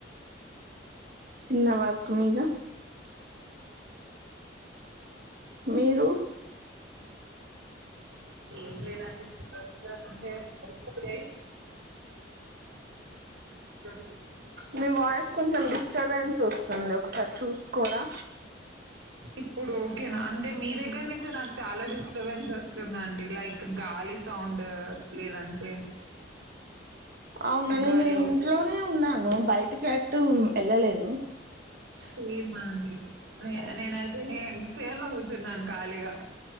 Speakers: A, on the right (about 50°); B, on the right (about 85°).
A: చిన్న వర్క్ మీద మీరు
B: ఏం లేదాండి <inaudible> మ్మ్
A: మీ వాయిస్ కొంచం డిస్టర్బెన్స్ వస్తుంది. ఒకసారి చూసుకోరా
B: ఇప్పుడోకేన్ అంటే మీ దగ్గర్నుంచే నాకు చాలా డిస్టర్బెన్స్ వస్తుందండి. లైక్ గాలి సౌండ్ లేదంటే
A: అవునా
B: ఇంకా
A: నేను
B: ఏవో
A: ఇంట్లోనే ఉన్నాను బయటికి ఎట్టు ఎళ్ళలేదు.
B: సేమాండి నే నేనైతే హే ఫెయిర్ లో కూర్చున్నాను ఖాళీగా.